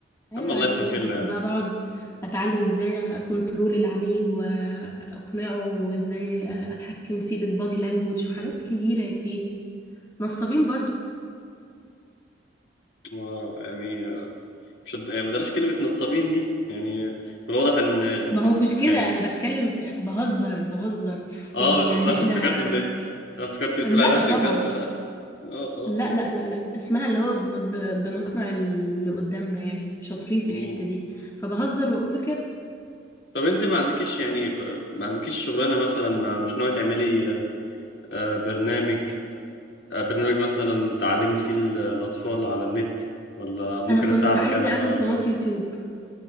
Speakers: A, on the left; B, on the left.
A: عيب
B: يا عم الله
A: عليك
B: يسهل
A: وكنت
B: له يا عم
A: بقى بقعد أتعلم ازاي أكنترول العميل وأقنعه وازاي أتحكم فيه بالبادي لانجوج وحاجات كبيرة يا سيدي نصابين برضو
B: آه، يعني مش هت- يعني بلاش كلمة نصابين دي يعني من الواضح ان انت
A: ما هو مش كده
B: يعني
A: أنا بتكلم بهزر بهزر
B: اه
A: إن يعني
B: بتهزر
A: احنا
B: <laughs> افتكرت ان افتكرت بتقول
A: لأ
B: على نفسك
A: طبعا
B: بجد لا لا. اه خلاص
A: لا
B: اه
A: لا لا لا اسمها اللي هو ب... ب... بنقنع اللي قدامنا يعني شاطرين في
B: مم.
A: الحتة دي فبهزر واقول له كده
B: طب انت ما عندكيش يعني ب- ما عندكيش شغلانة مثلا ما مش ناوية تعملي آه، آه، برنامج آه، برنامج مثلا تعلمي فيه ال- الأطفال على النت ولا ممكن
A: انا كنت
B: أساعدك
A: عايزة
B: أنا بقى
A: اعمل قناة يوتيوب